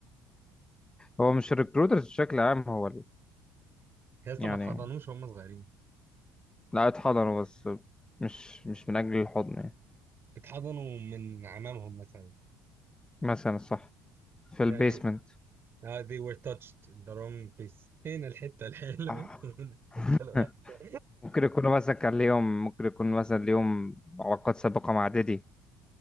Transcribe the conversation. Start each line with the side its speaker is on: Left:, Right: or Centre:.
Left: هو مش الريكروترز بشكل عام هو ال-
Right: يا اسطى
Left: يعني
Right: ما اتحضنوش وهم صغيرين
Left: لا اتحضنوا بس مش مش من أجل الحضن يعني
Right: اتحضنوا من عمامهم مثلا
Left: مثلا صح في البيسمنت
Right: يعني آه they were touched in the wrong place هنا الحته الحلوه
Left: آه.
Right: <laughs> هنا
Left: <laughs>
Right: الحته الوحشه
Left: ممكن يكونوا مثلا كان
Right: <laughs>
Left: ليهم ممكن يكون مثلا ليهم علاقات سابقة مع ديدي